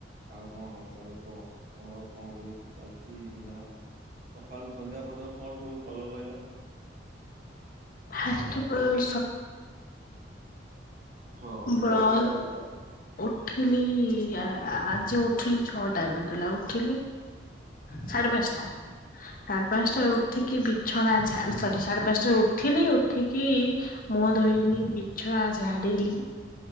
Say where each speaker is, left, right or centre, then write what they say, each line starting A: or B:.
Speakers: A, on the right (about 45°); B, on the left (about 50°).
A: ଆଉ କଣ ହାଲ୍ ଚାଲ୍ କୁହ ତମର କଣ କେମିତି ଚାଲିଛି ଦିନ? ସକାଳୁ ସନ୍ଧ୍ୟା ପର୍ଯ୍ୟନ୍ତ କଣ ସବୁ କଲ କହିଲ?
B: ଫାସ୍ବଲ
A: ହଁ ଉଠିଲ
B: ବ୍ର
A: କେତେଟା ବେଳେ ଉଠିଲ?
B: ଉଠିଲି ଆଜି ଉଠିଲି ଛଅଟା ହେଇନଥିଲା ଉଠିଲି। ସାଢେ଼
A: ହୁଁ
B: ପାଞ୍ଚଟା
A: ହୁଁ।
B: ସାଢ଼େ ପାଞ୍ଚଟା
A: ହୁଁ ହୁଁ
B: ଉ ଉଠିକି ବିଛଣା ଝାଡ଼ି ସରି ସାଢ଼େ ପାଞ୍ଚଟାରେ ଉଠିଲି ଉଠିକି ମୁଁହ ଧୋଇ ଗଲି ବିଛଣା ଝାଡ଼ିଲି।